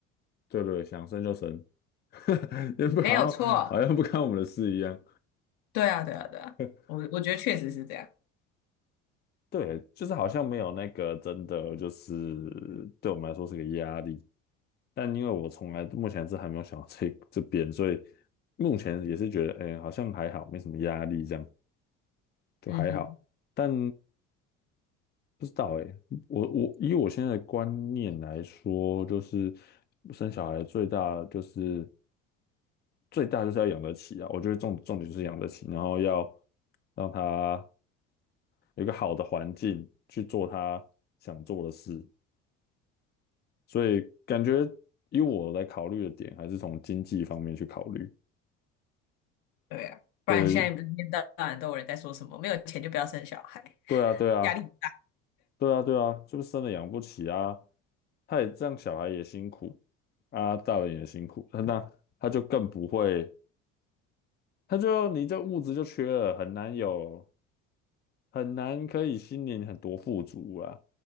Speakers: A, on the left; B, on the left.
A: 对对，想生就生，<laughs> 也不好像好像不干我们的事一样。
B: 没有错。对啊，对啊，对啊，
A: <laughs>
B: 我我觉得确实是这样。
A: 对，就是好像没有那个真的，就是对我们来说是个压力。但因为我从来目前是还没有想到这 <laughs> 这边，所以目前也是觉得，哎、好像还好，没什么压力，这样就还好。
B: 嗯哼，
A: 但不知道诶，我我以我现在的观念来说，就是生小孩最大就是最大就是要养得起啊。我觉得重重点就是养得起，然后要让他有一个好的环境去做他想做的事。所以感觉以我来考虑的点，还是从经济方面去考虑。
B: 对啊，不然现在不是一天到晚都有人在说什么没有钱就不要生小孩，
A: 对对对啊，对啊，
B: 压力很
A: 对啊，对啊，就是生了养不起啊。他也这样，小孩也辛苦啊，大人也辛苦，那他就更不会，他就你这物质就缺了，很难有，很难可以心灵很多富足啊。